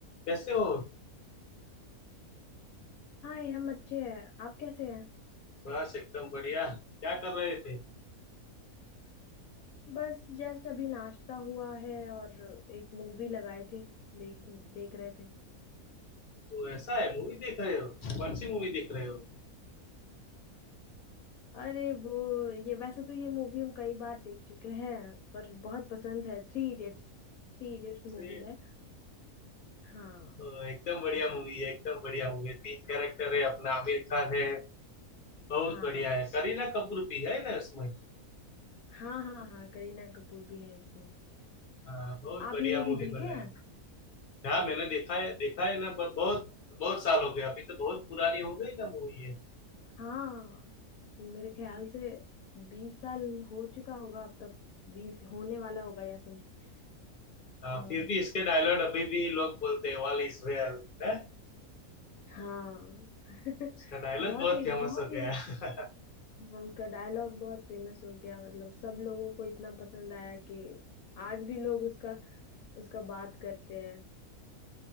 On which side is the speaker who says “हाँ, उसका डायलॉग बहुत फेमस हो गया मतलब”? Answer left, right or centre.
Left